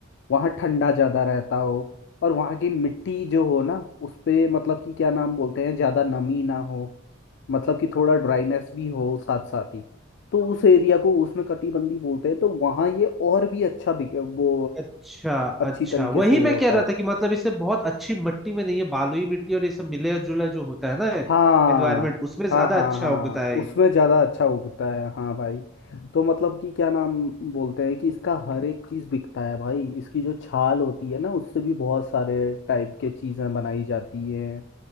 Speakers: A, on the left; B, in the centre.
A: वहाँ ठंडा ज़्यादा रहता हो और वहाँ की मिट्टी जो हो ना उस पे मतलब कि क्या नाम बोलते हैं ज़्यादा नमी ना हो मतलब कि थोड़ा ड्राइनेस भी हो साथ साथ ही तो उस एरिया को उसमें कटिबंधी बोलते हैं तो वहाँ ये और भी अच्छा बिक- वो
B: अच्छा
A: अ, अच्छी
B: अच्छा
A: तरीके
B: वही
A: से वो
B: मैं
A: होता
B: कह रहा
A: है
B: था कि मतलब इसे बहुत अच्छी मिट्टी में नहीं है बालुई मिट्टी और ये सब मिले जुला जो होता है ना
A: हाँ
B: एनवायरमेंट उसमें
A: हाँ
B: ज्यादा
A: हाँ
B: अच्छा
A: हाँ
B: उगता है
A: उसमें ज़्यादा अच्छा उगता है हाँ भाई तो मतलब कि क्या नाम बोलते हैं कि इसका हर एक चीज़ बिकता है भाई इसकी जो छाल होती है ना उससे भी बहुत सारे टाइप के चीज़ें बनाई जाती हैं